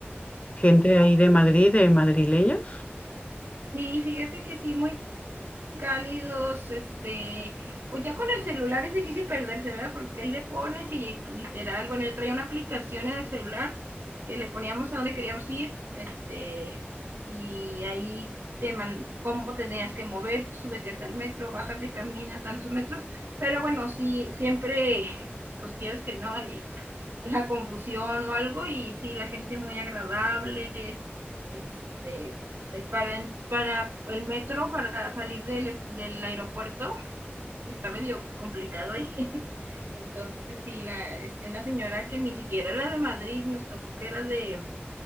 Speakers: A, on the left; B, on the right.
A: gente de ahí de Madrid, de madrileños?
B: sí, fíjate que sí, muy cálidos, este, pues ya con el celular es difícil perderse, ¿verdad? Porque ahí le pones y literal, bueno, yo traía una aplicación en el celular que le poníamos a dónde queríamos ir, este, y ahí te man, cómo tenías que mover, súbete a tal metro, bájate, camina tantos metros, pero bueno, sí, siempre, pues quieres que no, y la confusión o algo y sí, la gente muy agradable, este, eh, para, para el metro, para salir del, del aeropuerto, está medio complicado ahí. <laughs> Entonces, sí, la, este, una señora que ni siquiera era de Madrid, nos tocó que era de,